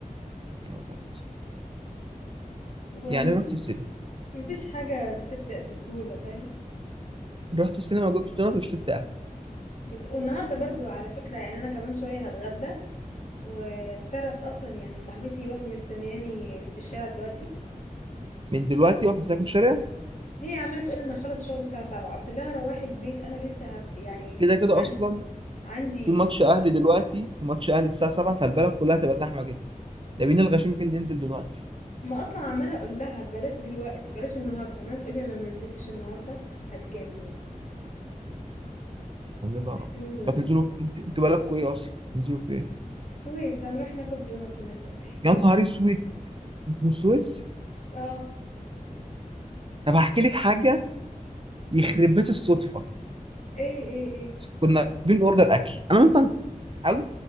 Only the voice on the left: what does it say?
ومفيش
مفيش حاجه بتبدا بسهوله فاهم
بس والنهارده برضو على فكره يعني انا كمان شويه هتغدى وتعرف اصلا يعني صاحبتي واقفه مستنياني في الشارع دلوقتي
هي عماله تقول انا هخلص شغل الساعه 7 قلت لها روحي البيت انا لسه هد... يعني
عن-
عندي
ما اصلا عماله اقول لها بلاش دلوقتي بلاش النهارده ما تقولي لو ما نزلتش النهارده هتجنن
لازم
انزل النهارده
السويس هنروح ناكل دونات ونرجع تاني
اه
ايه ايه ايه